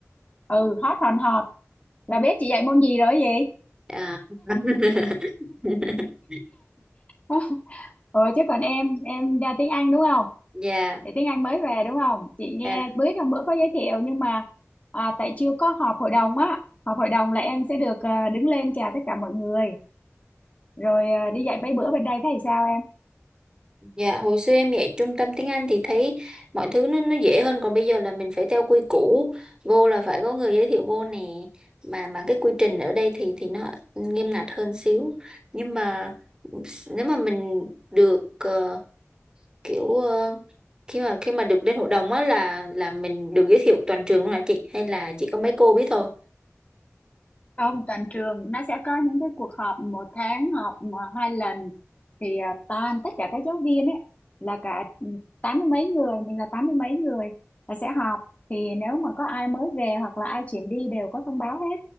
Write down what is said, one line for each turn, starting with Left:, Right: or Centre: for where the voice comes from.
Left: ừ hot hòn hòt là biết chị dạy môn gì rồi gì?
Right: À. <laughs>
Left: <laughs> Ờ chứ còn em em ra tiếng Anh đúng không?
Right: Dạ,
Left: để tiếng Anh mới về đúng không chị nghe
Right: dạ,
Left: bữa trong bữa có giới thiệu nhưng mà à, tại chưa có họp hội đồng á họp hội đồng là em sẽ được à, đứng lên chào tất cả mọi người rồi à, đi dạy mấy bữa bên đây thấy sao em
Right: dạ, hồi xưa em dạy trung tâm tiếng Anh thì thấy mọi thứ nó nó dễ hơn, còn bây giờ là mình phải theo quy củ, vô là phải có người giới thiệu vô nè. Mà mà cái quy trình ở đây thì thì nó nghiêm ngặt hơn xíu. Nhưng mà nếu mà mình được ờ, kiểu ờ, khi mà khi mà được lên hội đồng á là là mình được giới thiệu toàn trường luôn hả chị hay là chỉ có mấy cô biết thôi
Left: không toàn trường nó sẽ có những cái cuộc họp một tháng họp mà hai lần thì à, toàn tất cả các giáo viên ấy là cả ừ, tám mươi mấy người mình là tám mươi mấy người là sẽ họp thì nếu mà có ai mới về hoặc là ai chuyển đi đều có thông báo hết